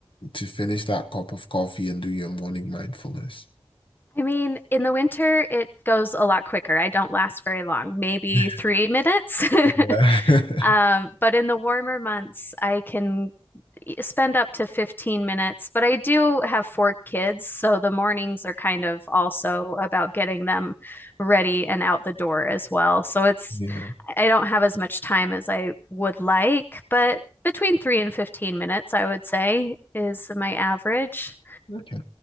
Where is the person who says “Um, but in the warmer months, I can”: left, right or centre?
Left